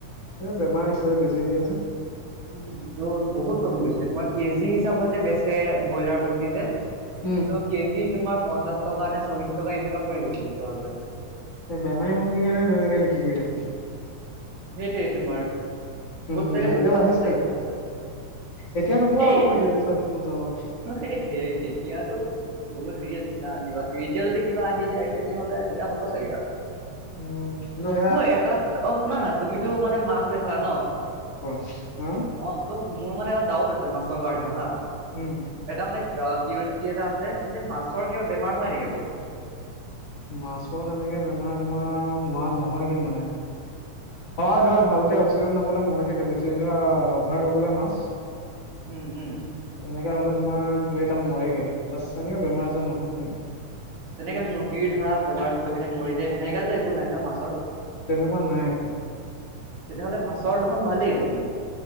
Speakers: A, on the left; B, on the right.
A: এ বেমাৰ আহিছিলে বেজি দিয়ে যে।
B: উম, ত' বহুত কমি গৈছিলে। তোমাৰ কেজি হিচাপত যে বেচে ব্ৰইলাৰ মুৰ্গী যে।
A: উম।
B: ত' কেজি তোমাৰ পঞ্চাশ টকা নে, চল্লিশ টকা এনেকুৱা পৰি গৈছিল তললৈ।
A: এই বেমাৰী মুৰ্গীৰ কাৰণে তেনেকে বিক্ৰী কৰি আছিলে।
B: সেইটোৱে তোমাৰ।
A: উম,
B: বহুত চাগে
A: এতিয়া
B: লোকচান
A: বাঢ়িছে
B: হৈছে,
A: আকৌ,
B: মানুহবিলাকৰ।
A: এতিয়া নোপোৱা আকৌ
B: এই
A: তুমি কেজি চল্লিশ পঞ্চাশত।
B: অ' সেই তেতিয়াটো বহুত হেৰি আছে না। কিবা- কিবি এতিয়া যদি কিবা আহি যায়, তেনেহলে কিবা হ'ব চাগে আৰু।
A: উম, কিন্তু সেয়া
B: মই এটা অ' শুন না। তুমিটো মানে মাছ বেচা ন?
A: কোৱা হা
B: অ, তোৰ মোৰ মানে এটা ডাউট আছে মাছৰ কাৰণেও হা।
A: উম।
B: এটা মানে কিউ কি এটা আছে যে, মাছৰ কিবা বেমাৰ হয় নেকি আকৌ?
A: মাছৰ তেনেকে বেমাৰ তোমাৰ হোৱা নহয়গৈ মানে। হয় ধৰা, ভালকে অক্সিজেন নাপালে মৰি থাকে, বেছি ধৰা অভাৰ হৈ গ'লে মাছ
B: উম, উম।
A: তেনেকে হ'লে তোমাৰ দুই এটা মৰেগে বাছ, এনেকে বেমাৰ আজাৰ নহয় তেনেকে।
B: তেনেকে মুৰ্গীৰ ধৰা বেমাৰ হৈ পিনে মৰি যায়। সেনেকা যে একো নাই ন' মাছৰ?
A: তেনেকুৱা নাই একো।
B: তেতিয়াহ'লে মাছৰ দেখোন ভালেই দেখোন।